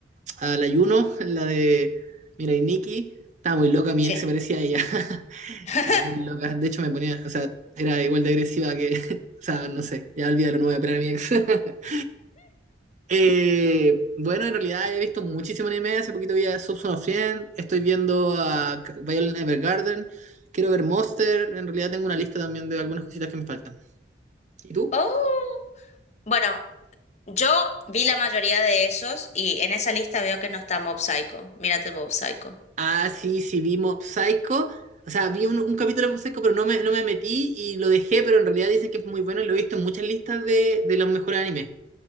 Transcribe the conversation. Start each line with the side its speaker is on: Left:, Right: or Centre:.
Right: a la Yuno, la de Mirai Nikki, estaba muy loca, mi
Left: sí.
Right: ex se parecía a ella, <laughs>
Left: <laughs>
Right: estaba muy loca, de hecho me ponía, o sea, era igual de agresiva que, <laughs> o sea, no sé, ya olvídalo, no voy a operar a mi ex. <laughs> Eh, bueno, en realidad he visto muchísimo anime. Hace poquito vi a Subson of Friend. Estoy viendo a K- Violet Evergarden. Quiero ver Monster. En realidad tengo una lista también de algunas cositas que me faltan. ¿Y tú?
Left: Oh, bueno, Yo vi la mayoría de esos y en esa lista veo que no está Mob Psycho. Mírate Mob Psycho.
Right: Ah, sí, sí, vi Mob Psycho. O sea, vi un, un capítulo de Mob Psycho, pero no me, no me metí y lo dejé. Pero en realidad dicen que es muy bueno y lo he visto en muchas listas de, de los mejores animes.